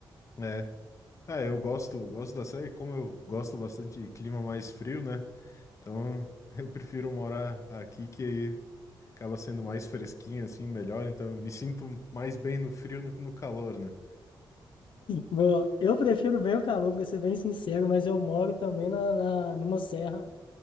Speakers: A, on the left; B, on the left.
A: É. ah eu gosto, gosto da serra e como eu gosto bastante de clima mais frio, né? Então, <laughs> eu prefiro morar aqui que aí acaba sendo mais fresquinho assim, melhor, então eu me sinto mais bem no frio do que no calor, né?
B: boa eu prefiro bem o calor, pra ser bem sincero, mas eu moro também na, na- numa serra